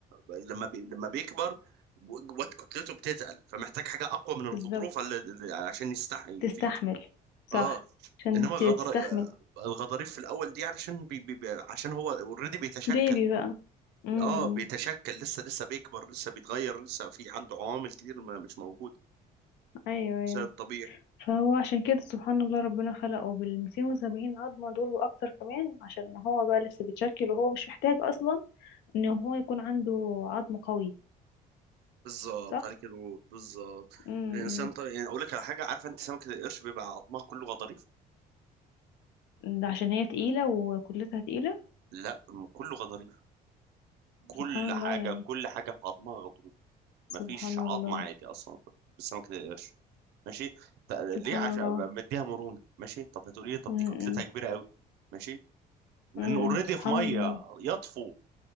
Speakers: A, on the right; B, on the left.
A: لما بي لما بيكبر جوات كتلته بتتقل فمحتاج حاجه اقوى من الغضروف
B: بالظبط
A: على- عشان يستحي
B: تستحمل صح
A: اه
B: عشان
A: انما غضر
B: ت- تستحمل
A: آه، الغضاريف في الاول دي علشان بي بي بي- عشان هو اوريدي بيتشكل
B: بيبي بقى امم
A: اه بيتشكل لسه لسه بيكبر لسه بيتغير لسه في عنده عوامل كتير ما مش موجوده
B: ايوه ايوه
A: زي الطبيعي
B: فهو عشان كده سبحان الله ربنا خلقه بال 270 عظمة دول وأكتر كمان عشان هو بقى لسه بيتشكل وهو مش محتاج أصلا إن هو يكون عنده عظم قوي
A: بالظبط
B: صح؟
A: عليك نور بالظبط
B: امم
A: الانسان طبيعي يعني اقول لك على حاجه عارفه انت سمكه القرش بيبقى عظمها كله غضاريف
B: ده عشان هي تقيلة وكتلتها تقيلة
A: لا م- كله غضاريف كل
B: سبحان الله
A: حاجه
B: يعني
A: كل حاجه في عظمها غضروف مفيش
B: سبحان
A: عظم
B: الله
A: عادي اصلا في سمكه القرش ماشي ط- ليه
B: سبحان
A: عشان
B: الله
A: مديها مرونه ماشي طب هتقولي لي طب
B: امم
A: دي كتلتها كبيره قوي ماشي لانه
B: امم
A: اوريدي
B: سبحان
A: في ميه
B: الله
A: يطفو